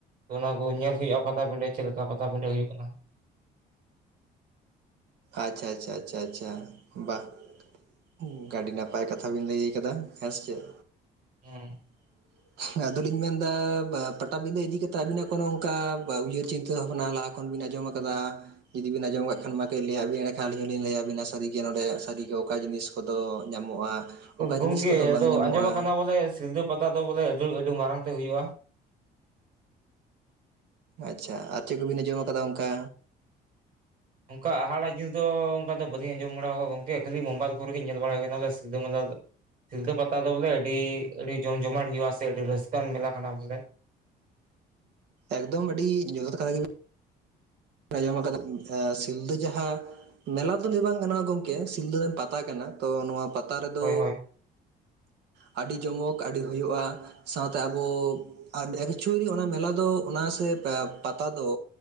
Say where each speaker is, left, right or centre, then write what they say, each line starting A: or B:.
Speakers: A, on the right (about 55°); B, on the right (about 75°).
A: ᱚᱱᱟ ᱠᱚ ᱧᱮᱞ ᱦᱩᱭᱩᱜᱼᱟ᱾ ᱯᱟᱛᱟ ᱯᱤᱸᱰᱟᱹ ᱪᱮᱜ ᱞᱮᱠᱟ ᱯᱟᱛᱟ ᱯᱤᱸᱰᱟᱹ ᱦᱩᱭᱩᱜ ᱠᱟᱱᱟ?
B: ᱟᱪᱷᱟ ᱟᱪᱪᱷᱟ ᱟᱪᱷᱟ ᱟᱪᱷᱟ ᱵᱟ ᱦᱩᱝᱠᱟ ᱟᱹᱰᱤ ᱱᱟᱯᱟᱭ ᱠᱟᱛᱷᱟ ᱵᱤᱱ ᱞᱟᱹᱭ ᱟᱠᱟᱫᱟ᱾ ᱦᱮᱸ ᱥᱮ ᱪᱮᱫ?
A: ᱦᱚᱸ
B: <inaudible> ᱟᱫᱚᱞᱤᱧ ᱢᱮᱱᱫᱟ ᱵᱟ ᱯᱟᱴᱟᱵᱤᱸᱫᱟᱹ ᱤᱫᱤᱠᱟ ᱠᱟᱛᱮᱜ ᱟᱵᱤᱱᱟᱜ ᱠᱚᱱᱚ ᱚᱝᱠᱟ ᱵᱟ ᱩᱭᱦᱟᱹᱨ ᱪᱤᱱᱛᱟᱹ ᱵᱷᱟᱵᱱᱟ ᱞᱟᱜ ᱠᱷᱚᱱ ᱵᱤᱱ ᱟᱸᱡᱚᱢ ᱟᱠᱟᱫᱟ᱾ ᱡᱫᱤᱵᱤᱱ ᱟᱸᱡᱚᱢᱟᱜ ᱠᱟᱜ ᱠᱷᱟᱱ ᱢᱟ ᱠᱟᱹᱡ ᱞᱟᱹᱭᱟᱵᱮᱱ ᱮᱱᱰᱮᱠᱷᱟᱱ ᱟᱹᱞᱤᱧ ᱦᱚᱸᱞᱤᱧ ᱞᱟᱹᱭᱟᱵᱤᱱᱟ ᱥᱟᱹᱨᱤᱜ ᱱᱚᱰᱮ ᱥᱟᱹᱨᱤ ᱜᱮ ᱚᱠᱟ ᱡᱤᱱᱤᱥ ᱠᱚᱫᱚ ᱧᱟᱢᱚᱜᱼᱟ ᱚᱠᱟ
A: ᱜᱚᱝᱠᱮ
B: ᱡᱤᱱᱤᱥ ᱠᱚᱫᱚ ᱵᱟᱝ
A: ᱟᱫᱚ
B: ᱧᱟᱢᱚᱜᱼᱟ᱾
A: ᱟᱸᱡᱚᱢ ᱟᱠᱟᱱᱟ ᱵᱚᱞᱮ ᱥᱤᱞᱫᱟᱹ ᱯᱟᱛᱟ ᱫᱚ ᱵᱚᱞᱮ ᱟᱹᱰᱤ ᱟᱹᱰᱤ ᱢᱟᱨᱟᱝ ᱛᱮ ᱦᱩᱭᱩᱜᱼᱟ᱾
B: ᱟᱪᱷᱟ ᱟᱨ ᱪᱮᱜ ᱠᱚᱵᱤᱱ ᱟᱸᱡᱚᱢ ᱟᱠᱟᱫᱟ ᱚᱝᱠᱟ?
A: ᱚᱝᱠᱟ ᱟᱦᱟᱲᱟ ᱡᱤᱱᱤᱥ ᱫᱚ ᱚᱝᱠᱟ ᱫᱚ ᱵᱟᱹᱞᱤᱧ ᱟᱸᱡᱚᱢ ᱵᱟᱲᱟᱣ ᱠᱟᱜᱼᱟ ᱜᱚᱝᱠᱮ ᱠᱷᱟᱹᱞᱤ ᱢᱳᱵᱟᱭᱤᱞ ᱠᱚᱨᱮᱜ ᱜᱮ ᱧᱮᱞ ᱵᱟᱲᱟ ᱦᱩᱭ ᱠᱟᱱᱟ ᱥᱤᱞᱫᱩ ᱢᱟᱞᱟ ᱫᱚ ᱥᱤᱞᱫᱟᱹ ᱯᱟᱛᱟ ᱫᱚ ᱵᱚᱞᱮ ᱟᱹᱰᱤ ᱟᱹᱰᱤ ᱡᱚᱢ ᱡᱚᱢᱟᱴ ᱦᱳᱭᱩᱜᱼᱟ ᱥᱮ ᱟᱹᱰᱤ ᱨᱟᱹᱥᱠᱟᱹᱣᱟᱱ ᱢᱮᱞᱟ ᱠᱟᱱᱟ ᱵᱚᱞᱮ᱾
B: ᱮᱠᱫᱚᱢ ᱟᱹᱰᱤ ᱡᱚᱛᱷᱟᱛ ᱠᱟᱛᱷᱟ ᱜᱮ ᱟᱸᱡᱚᱢ ᱠᱟᱫᱟ ᱮᱸ ᱥᱤᱞᱫᱟᱹ ᱡᱟᱦᱟᱸ ᱢᱮᱞᱟ ᱫᱚ ᱞᱟᱹᱭ ᱵᱟᱝ ᱜᱟᱱᱚᱜᱼᱟ ᱜᱚᱝᱠᱮ ᱥᱤᱞᱫᱟᱹ ᱫᱚ ᱯᱟᱛᱟ ᱠᱟᱱᱟ ᱛᱚ ᱱᱚᱶᱟ ᱯᱟᱛᱟ ᱨᱮᱫᱚ
A: ᱦᱳᱭ ᱦᱳᱭ
B: ᱟᱹᱰᱤ ᱡᱚᱢᱚᱠ ᱟᱹᱰᱤ ᱦᱩᱭᱩᱜᱼᱟ᱾ ᱥᱟᱶᱛᱮ ᱟᱵᱚ ᱮᱠᱪᱩᱭᱮᱞᱤ ᱚᱱᱟ ᱢᱮᱞᱟ ᱫᱚ ᱚᱱᱟ ᱥᱮ ᱯᱮ ᱯᱟᱛᱟ ᱫᱚ